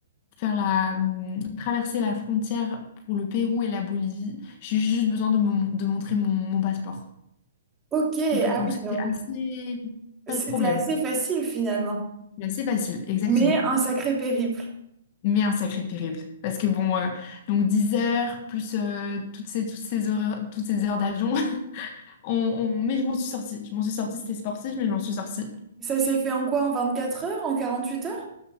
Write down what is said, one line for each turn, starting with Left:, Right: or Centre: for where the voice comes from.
Left: faire la hum, traverser la frontière pour le Pérou et la Bolivie. J'ai juste besoin de, mon- de montrer mon, mon passeport.
Right: Ok,
Left: Donc euh,
Right: ah
Left: donc
Right: oui,
Left: c'était
Right: donc
Left: assez pas
Right: c'était
Left: de problème.
Right: assez facile finalement,
Left: C'est assez facile, exactement.
Right: mais un sacré périple.
Left: Mais un sacré périple. Parce que bon, euh, donc 10 heures, plus euh, toutes ces, toutes ces heures, toutes ces heures d'avion, <laughs> On, on- Mais je m'en suis sortie. Je m'en suis sortie, c'était sportif, mais je m'en suis sortie.
Right: Ça s'est fait en quoi? En 24 heures? En 48 heures?